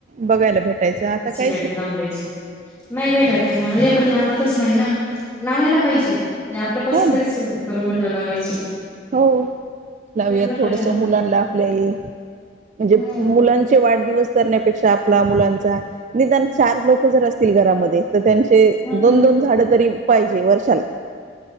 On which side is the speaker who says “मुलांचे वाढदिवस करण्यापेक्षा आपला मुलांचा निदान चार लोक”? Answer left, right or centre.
Right